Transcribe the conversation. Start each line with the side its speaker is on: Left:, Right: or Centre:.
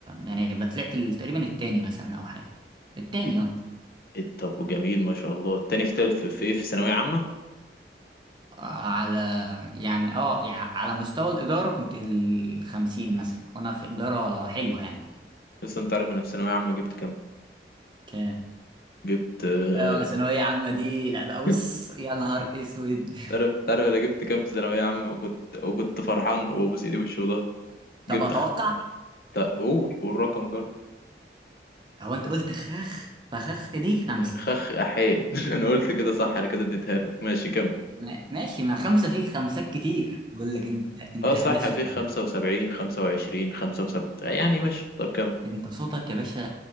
Right: يعني بطلعت ال- تقريبا التاني مثلا او حاجة التاني
Left: إيه،
Right: اه
Left: إيه، طب وجميل ما شاء الله التاني في تل... في في ايه في ثانوية عامة
Right: على يعني اه يعني على مستوى الإدارة كنت الخمسين مثلا وأنا في إدارة حلوة يعني
Left: لسه انت عارف انا في ثانوية عامة جبت كام
Right: كام
Left: جبت آه،
Right: آه، ثانوية عامة دي لا ده
Left: <laughs>
Right: بص يا نهار اسود
Left: تعرف تعرف انا جبت كام في ثانوية عامة وكنت وكنت فرحان وابوس ايدي وشي وضهري
Right: <laughs> طب
Left: جبت
Right: اتوقع
Left: خ... تا- قول والرقم جر
Right: هو انت قلت خخ فخخ دي خمسة
Left: خخ احيه <laughs> انا قلت كده صح انا كده اديتها لك ماشي كم
Right: ما- ماشي ما خمسة فيك خمسات كتير بقول لك انت انت
Left: اه صح
Right: يا باشا
Left: في 75 25 75 يعني ماشي طب كم
Right: انت صوتك يا باشا